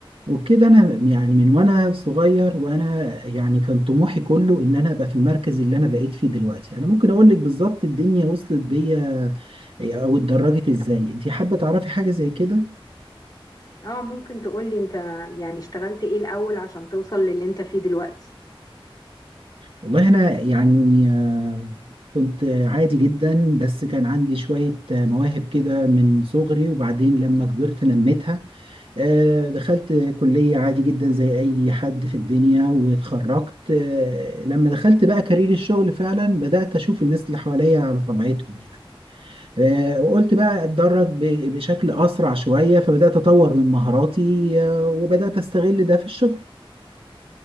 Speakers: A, on the right; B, on the left.
A: وبكده انا يعني من وانا صغير وانا يعني كان طموحي كله ان انا ابقى في المركز اللي انا بقيت فيه دلوقتي انا ممكن اقول لك بالظبط الدنيا وصلت بيا او اتدرجت ازاي انت حابه تعرفي حاجه زي كده
B: اه ممكن تقولي انت يعني اشتغلت ايه الاول عشان توصل للي انت فيه دلوقتي
A: والله انا يعني آه، كنت عادي جدا بس كان عندي شويه آه، مواهب كده من صغري وبعدين لما كبرت نميتها آه، دخلت كلية عادي جدا زي أي حد في الدنيا واتخرجت آه، لما دخلت بقى كارير الشغل فعلا بدأت أشوف الناس اللي حواليا على طبيعتهم يعني آه، وقلت بقى أتدرب ب- بشكل أسرع شوية فبدأت أطور من مهاراتي آه، وبدأت أستغل ده في الشغل